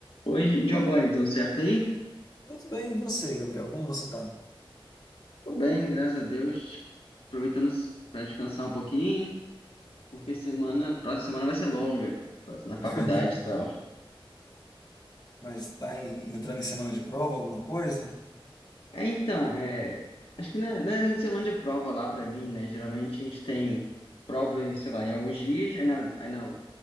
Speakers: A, on the left; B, on the left.
A: Oi, Giovanni,
B: Boa- noite.
A: tudo certo aí?
B: Tudo bem, e você, Gabriel? Como você tá?
A: Tô bem, graças a Deus. Aproveitando para descansar um pouquinho, porque semana, próxima semana vai ser longa, tô na faculdade
B: <laughs>
A: e tal.
B: Mas tá em- entrando em semana de prova, alguma coisa?
A: É, então, é, acho que não é, não é muito semana de prova lá pra mim, né? Geralmente a gente tem prova, sei lá, em alguns dias, aí na, aí na,